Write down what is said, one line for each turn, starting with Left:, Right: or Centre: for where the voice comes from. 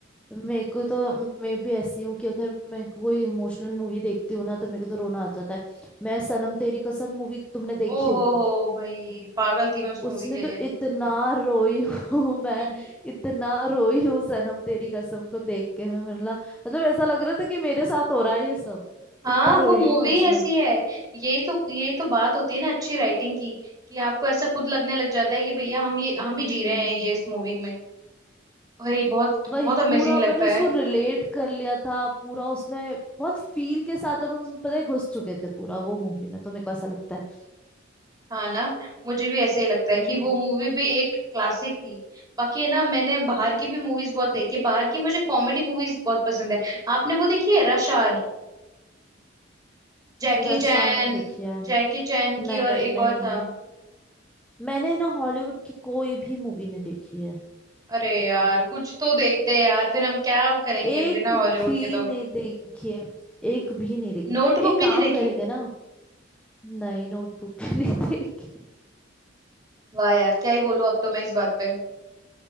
Centre: मेरे को तो मैं भी ऐसी हूँ कि अगर मैं कोई इमोशनल मूवी देखती हूँ ना तो मेरे को तो रोना आ जाता है मैं सनम तेरी कसम मूवी तुमने देखी
Right: ओ हो
Centre: होगी
Right: हो भाई पागल थी मैं उस मूवी
Centre: उसमें
Right: के
Centre: तो
Right: लिए
Centre: इतना रोई हूँ मैं
Right: हम्म।
Centre: इतना रोई हूँ सनम तेरी कसम को देख के मैं मतलब मतलब ऐसा लग रहा था कि मेरे साथ हो रहा है ये सब
Right: हाँ
Centre: इतना रोई
Right: वो मूवी
Centre: हूँ मैं उसमें
Right: ऐसी है यही तो यही तो बात होती है ना अच्छी राइटिंग की कि आपको ऐसा खुद लगने लग जाता है कि भैया हम ये हम ही
Centre: हम्म
Right: जी रहे हैं ये इस मूवी में भाई बहुत
Centre: वही
Right: बहुत अमेजिंग
Centre: पूरा अपन
Right: लगता
Centre: ने उसको
Right: है
Centre: रिलेट कर लिया था पूरा उसमें बहुत फील के साथ अपन उसमें पता है घुस चुके थे पूरा वो मूवी में तो मेरे को ऐसा लगता है
Right: हाँ ना मुझे भी ऐसे ही लगता है
Centre: हम्म
Right: कि वो मूवी भी एक क्लासिक थी बाकी है ना मैंने बाहर की भी मूवीज बहुत देखी है। बाहर की मुझे कॉमेडी मूवीज बहुत पसंद है आपने वो देखी है rush hour Jackie
Centre: रशा
Right: Chan
Centre: नहीं देखी है
Right: Jackie Chan
Centre: नहीं
Right: की और एक
Centre: नहीं
Right: और था
Centre: नहीं मैंने ना हॉलीवुड की कोई भी मूवी नहीं देखी है
Right: अरे यार कुछ तो देखते हैं यार फिर हम क्या करेंगे
Centre: एक
Right: बिना हॉलीवुड
Centre: भी
Right: के तो
Centre: नहीं देखी है एक भी नहीं देखी
Right: नोटबुक
Centre: एक
Right: भी
Centre: काम
Right: नहीं देखी
Centre: करेंगे ना नहीं नोटबुक भी नहीं देखी
Right: वाह यार क्या ही बोलूं अब तो मैं इस बात पे